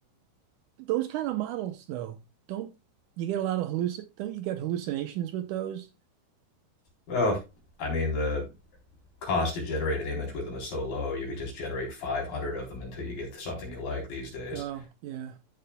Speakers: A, on the right (about 75°); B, on the left (about 70°).
A: those kind of models though, don't you get a lot of hallucin don't you get hallucinations with those?
B: Well, I mean, the cost to generate an image with them is so low, you could just generate 500 of them until you get something you like these days.
A: Oh, yeah.